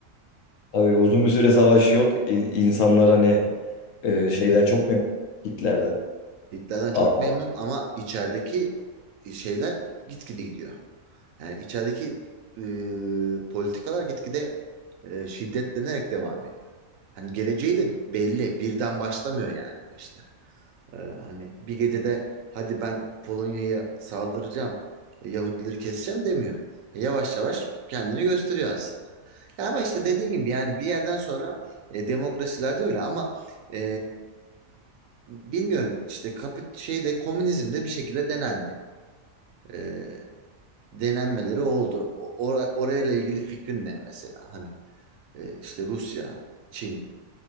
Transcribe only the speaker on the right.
Evet.
Hitler'den
çok memnun ama içerideki şeyler gitgide gidiyor. Yani içerideki e, politikalar gitgide e, şiddetlenerek devam ediyor. Hani geleceği de belli. Birden başlamıyor yani bu işte. Ee, hani bir gecede hadi ben Polonya'ya saldıracağım, Yahudileri keseceğim demiyor. Yavaş yavaş kendini gösteriyor aslında. Ya ama işte dediğin gibi yani bir yerden sonra e, demokrasilerde öyle ama e, bilmiyorum işte kapit şeyde komünizmde bir şekilde denendi. E, denenmeleri oldu. O- Ora, orayla ilgili fikrin ne mesela? Hani e, işte Rusya, Çin.